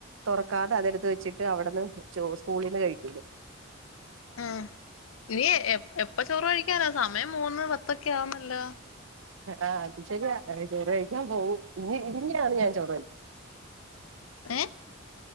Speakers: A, on the right; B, on the left.
A: തുറക്കാതെ അതെടുത്ത് വെച്ചിട്ട് അവിടുന്ന് ചോ സ്കൂളിന്ന് കഴിക്കു
B: ഉം ഇനി എപ്പ ചോറ് കഴിക്കാനാ സമയം മൂന്ന് പ അപ്പൊക്കെയ ആവുന്നല്ല
A: ആ അത് ശരിയാ ചോറ് കഴിക്കാൻ പോവും ഇനി ഇനിയാണ് ഞാൻ ചോറ് കഴി
B: ഏ